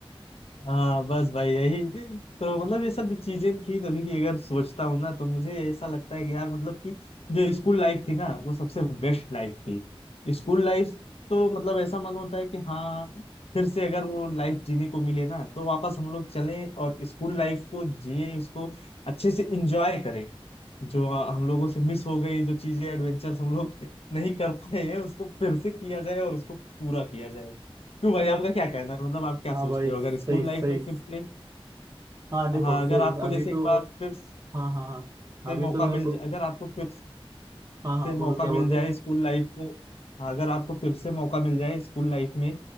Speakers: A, on the left (about 80°); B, on the right (about 35°).
A: हाँ बस भाई यही तो मतलब ये सब जो चीजें थी तभी की अगर सोचता हूँ ना तो मुझे ऐसा लगता है कि यार मतलब कि जो स्कूल लाइफ थी ना वो सबसे बेस्ट लाइफ थी स्कूल लाइफ तो मतलब ऐसा मन होता है कि हाँ फिर से अगर वो लाइफ जीने को मिले ना तो वापस हम लोग चलें और स्कूल लाइफ को जिए उसको अच्छे से इंजॉय करें जो आ, हम लोगों से मिस हो गई जो चीजें एडवेंचर्स हम लोग नहीं कर पाए हैं उसको फिर से किया जाए और उसको पूरा किया जाए क्यों भाई आपका क्या कहना है मतलब आप क्या
B: हाँ
A: सोचते
B: भाई
A: हो
B: सही
A: अगर स्कूल
B: सही
A: लाइफ में फिर से
B: हाँ देखो
A: हाँ अगर
B: फिर
A: आपको
B: अभी
A: जैसे
B: तो
A: एक बार फिर
B: हाँ हाँ हाँ
A: से
B: अभी
A: मौका
B: तो मेरे
A: मिल
B: को
A: जाए अगर आपको फिर
B: हाँ हाँ
A: से
B: बोलो
A: मौका
B: क्या
A: मिल
B: बोल
A: जाए
B: रहे
A: स्कूल लाइफ को हाँ अगर आपको फिर से मौका मिल जाए स्कूल लाइफ में